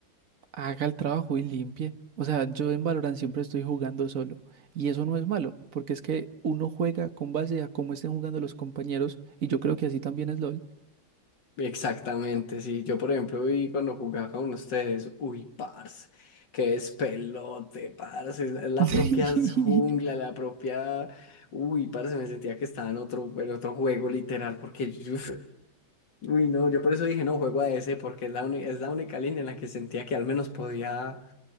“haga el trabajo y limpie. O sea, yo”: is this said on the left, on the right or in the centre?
Right